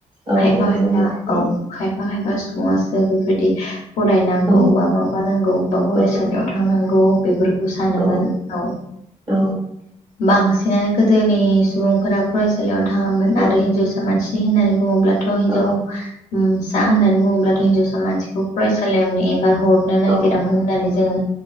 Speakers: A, on the right; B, on the left.
A: औ
B: खायफा
A: नंगौ
B: खायफा
A: नोंथां
B: औ खायफा बाहायबा सुबुंङासो बेफोरबायदि फरायना
A: औ
B: गौ बा माबा नांगौ बा फरायसालियाव
A: औ
B: थांनांगौ। बेफोर खौ सानोमोन
A: औ
B: औ
A: औ
B: बांसिनानो गोदोनि सुबुंफोरा फरायसालियाव थाङामोन
A: औ
B: आरो हिनजावसा मानसि होननानै बुङोब्लाद थ हिन्जाव
A: औ
B: उम ना होनना बुङोब्लाद हिन्जावसा मानसिखौ फरायसालियाव एंगार हरनो नागिरामोन
A: औ
B: होननानै जोङो